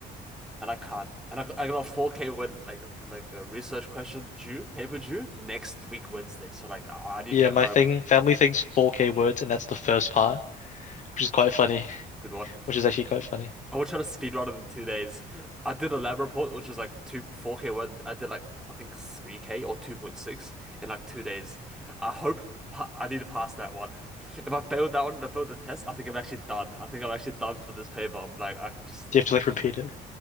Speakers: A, in the centre; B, on the left.
A: and I can't. And I got, I got a 4K word like like a research question due, paper due next week Wednesday. So like I I need to
B: Yeah,
A: get
B: my
A: home.
B: thing, family thing's 4K words, and that's the first part, which is quite funny.
A: Good one.
B: Which is actually quite funny.
A: I would try to speed run it in two days. I did a lab report, which was like two, 4K one. I did like, I think 3K or 2.6 in like two days. I hope pa I need to pass that one. If I failed that one and I failed the test, I think I'm actually done. I think I'm actually done for this paper. I'm like, I can just,
B: Do you have to like repeat it?